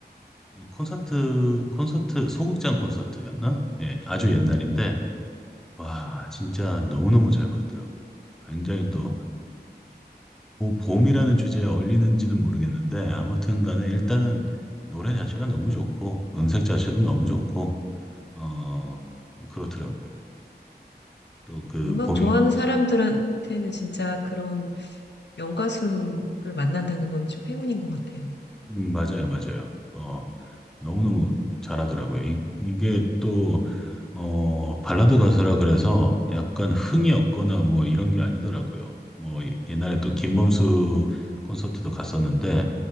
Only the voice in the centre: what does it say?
콘서트 콘서트 소극장 콘서트였나? 예, 아주 옛날인데 와 진짜 너무너무 잘 보였더라고요. 굉장히 또그 봄이라는 주제에 어울리는지는 모르겠는데 아무튼 간에 일단은 노래 자체가 너무 좋고 음색 자체도 너무 좋고 어 그렇더라고요. 또 그
봄이
음, 맞아요, 맞아요. 어, 너무너무 잘하더라고요. 이, 이게 또 어, 발라드 가수라 그래서 약간 흥이 없거나 뭐 이런 게 아니더라고요. 뭐 예- 옛날에 또 김범수 콘서트도 갔었는데